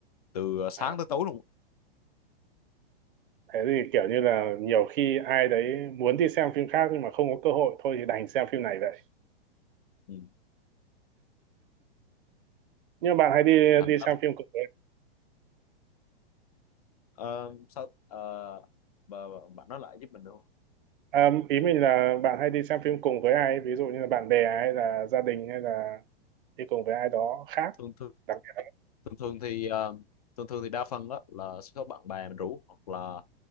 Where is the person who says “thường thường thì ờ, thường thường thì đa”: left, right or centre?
Left